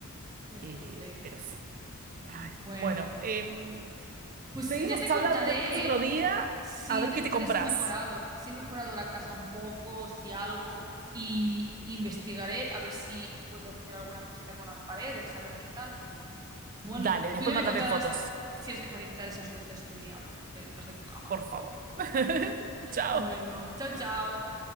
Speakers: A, on the right; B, on the right.
A: Terrible.
B: Eh, pero sí. Ay,
A: Bueno,
B: bueno, em,
A: pues
B: seguimos
A: ya te contaré,
B: hablando después otro
A: ¿eh?
B: día.
A: Sí,
B: A ver
A: ya te
B: qué
A: contaré
B: te compras.
A: si he mejorado, si he mejorado la casa un poco, si algo, y investigaré a ver si puedo hacer alguna cosita con las paredes, a ver qué tal. Y bueno,
B: Dale, después
A: tú ya me
B: mándame
A: contarás
B: fotos,
A: si eres capaz de quitar esas luces del diablo de detrás de tu cama.
B: por favor. <laughs> Chao.
A: Bueno, chao, chao.